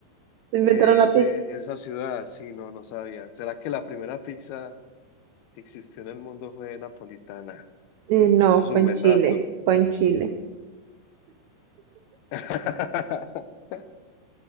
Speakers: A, on the right; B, on the left.
A: Se inventaron
B: que
A: la pizza.
B: ese- esa ciudad, sí, no, no sabía. ¿Será que la primera pizza que existió en el mundo fue napolitana?
A: Eh, no,
B: Eso es un
A: fue en
B: buen
A: Chile.
B: dato.
A: Fue en Chile.
B: <laughs>